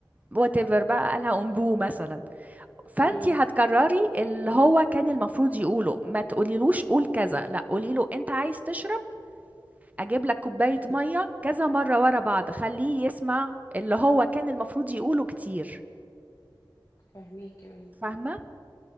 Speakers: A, on the right (about 20°); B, on the left (about 40°).
A: whatever بقى قالها امبو مثلا فانتي
B: مم.
A: هتكرري اللي هو كان المفروض يقوله ما تقوليلوش قول كذا لا قولي له انت عايز تشرب اجيب لك كوباية مية
B: أيوة
A: كذا مرة ورا بعض خليه يسمع اللي هو كان المفروض يقوله كتير
B: فاهماك أيوة
A: فاهمة